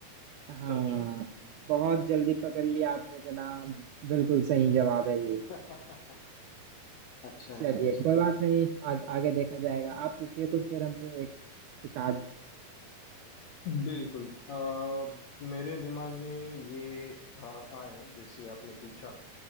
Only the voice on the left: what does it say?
स्टैचू
<laughs> अच्छा
है अच्छा
है
बिल्कुल अ, मेरे दिमाग में ये अ, आया जैसे आपने पूछा